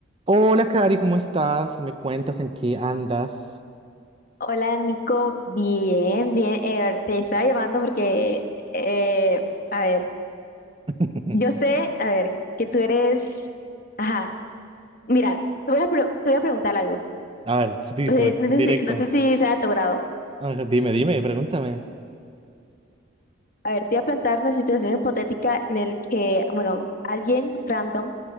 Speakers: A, on the right; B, on the left.
A: Hola, Cari, ¿cómo estás? ¿Me cuentas en qué andas?
B: Hola Nico, bien, bien. Eh, a ver, te estaba llamando porque, eh, a ver,
A: <laughs>
B: yo sé, a ver, que tú eres, ajá, mira, te voy a, pre- te voy a preguntar algo.
A: A ver, listo,
B: No sé, no
A: directo.
B: sé si, no sé si sea de tu grado.
A: A ver, dime, dime, pregúntame.
B: A ver, te voy a plantear una situación hipotética en el que, bueno, alguien random